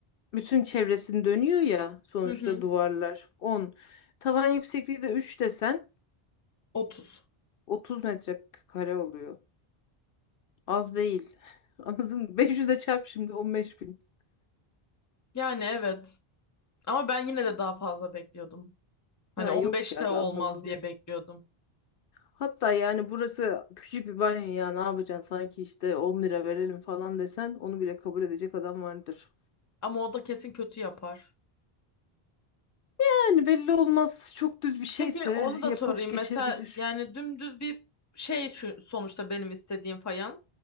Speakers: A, on the left; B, on the left.
A: bütün çevresini dönüyor ya sonuçta
B: Hı hı.
A: duvarlar on Tavan yüksekliği de 3 desen
B: 30.
A: 30 metrekare oluyor. Az değil. <laughs> Anladın mı? 500'e çarp şimdi 15 bin.
B: Yani evet. Ama ben yine de daha fazla bekliyordum. Hani
A: Ha
B: 15'te
A: yok ya
B: olmaz
A: daha fazla
B: diye
A: değil.
B: bekliyordum.
A: Hatta yani burası küçük bir banyo ya ne yapacaksın sanki işte 10 lira verelim falan desen onu bile kabul edecek adam vardır.
B: Ama o da kesin kötü yapar.
A: Yani belli olmaz çok düz bir şeyse
B: Peki onu da
A: yapıp
B: sorayım.
A: geçebilir.
B: Mesela yani dümdüz bir şey şu- sonuçta benim istediğim fayans.